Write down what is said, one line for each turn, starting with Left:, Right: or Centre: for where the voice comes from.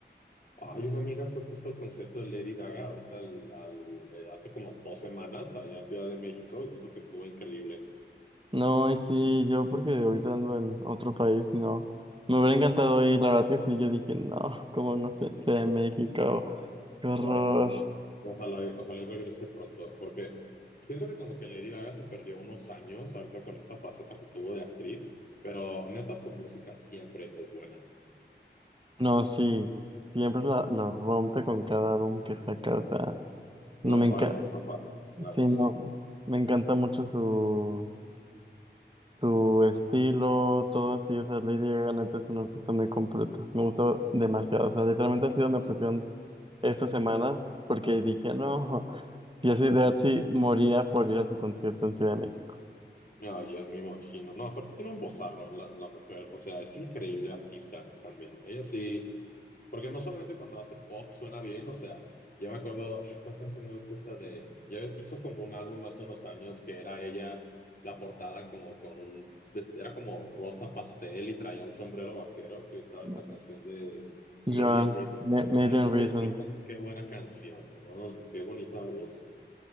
Left: Hay una amiga fue justo al concierto de Lady Gaga, ahorita al- al- eh, hace como dos semanas, allá a Ciudad de México, y dijo que estuvo increíble.
Right: No, y sí, yo porque ahorita ando en otro país, no. Me hubiera encantado ir, la verdad que sí, yo dije, no, como no sé, Ciudad de México, qué horror.
Left: Ay, bueno, ojalá, ojalá y regrese pronto, porque siento que como que Lady Gaga se perdió unos años ahorita con esta faceta que tuvo de actriz, pero neta su música siempre es buena.
Right: No, sí, siempre la, la rompe con cada álbum que saca, o sea, no
Left: No
Right: me encanta,
Left: falla, no falla, la
Right: sí,
Left: verdad.
Right: no, me encanta mucho su, su estilo, todo así, o sea, Lady Gaga neta es un artista muy completo, me gusta demasiado, o sea, literalmente ha sido mi obsesión estas semanas, porque dije, no. Y así de así moría por ir a su concierto en Ciudad de México.
Left: No, yo me imagino. No, aparte tiene un vozarrón la, la mujer, o sea, es increíble artista también. Ella sí. Porque no solamente cuando hace pop suena bien, o sea, yo me acuerdo, ¿cuál canción me gusta esta de...? Ya hizo como un álbum hace unos años que era ella, la portada como con un... vest- Era como rosa pastel y traía un sombrero vaquero, que estaba
Right: ¿no?
Left: esta canción de Million
Right: Joan,
Left: Reasons.
Right: Ma- Million
Left: Ay, Million
Right: Reasons.
Left: Reasons, qué buena canción, qué bonita voz.